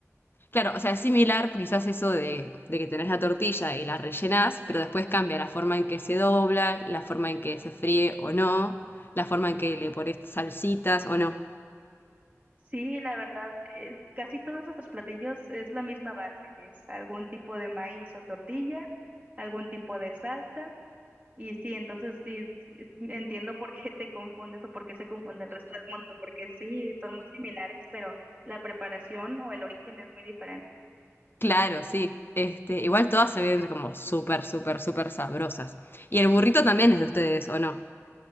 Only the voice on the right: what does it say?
Sí, la verdad, eh, casi todos nuestros platillos es la misma base, es algún tipo de maíz o tortilla, algún tipo de salsa, y sí, entonces sí, sí, entiendo por qué te confundes o por qué se confunde el resto del mundo, porque sí, son muy similares, pero la preparación o el origen es muy diferente.